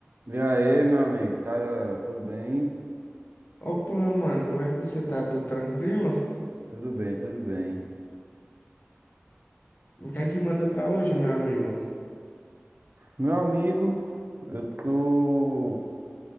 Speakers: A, on the right (about 50°); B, on the left (about 45°).
A: E aí, meu amigo? Tá tudo bem?
B: Opa, meu mano, como é que você tá? Tudo tranquilo?
A: Tudo bem, tudo bem.
B: O que é que manda pra hoje, meu amigo?
A: Meu amigo, eu tô.